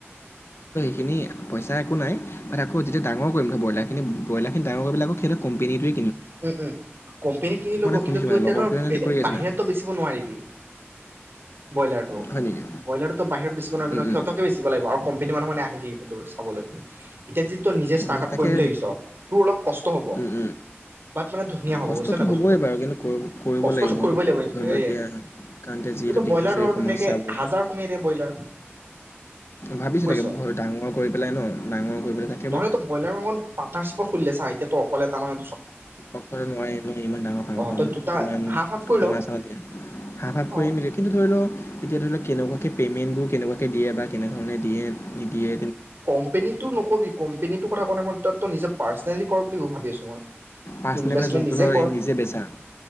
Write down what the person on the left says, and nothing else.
খিনি পইচা একো নাই মানে আকৌ যেতিয়া ডাঙৰ কৰিম নহয় ব্ৰইলাৰখিনি ব্ৰইলখিনি ডাঙৰ কৰি পেলাই আকৌ সিহঁতৰ কম্পেনীটোৱে
শুনিছোঁ
মানে
লগৰটোৱে
এনেকৈ
কৰি আছে
না
হয় নেকি
উম
উম
তাকে
উম উম
কষ্টটো
হ'বই
বাৰু কিন্তু কৰিব কৰিব
ধৰি লও
এতিয়া কাৰণতে যিহেতু
দেখিছোঁ
এই
সমস্যাবোৰ
ভাবিছোঁ
তাকে ডাঙৰ কৰি পেলাই ন, ডাঙৰ কৰি পেলাই তাক
অকলে নোৱাৰি ন? ইমান ডাঙৰ ফাৰ্মখন,
কিমান
খানা-চানা
দিয়া, হাফ-হাফ কৰি
মিলে কিন্তু ধৰি ল, এতিয়া ধৰি ল, কেনেকুৱাকৈ পে'মেণ্টবোৰ কেনেকুৱাকৈ দিয়ে বা কেনেধৰণে দিয়ে-নিদিয়ে।
পাৰ্চনেলি
মানে যোনটো ধৰ
নিজে বেচা।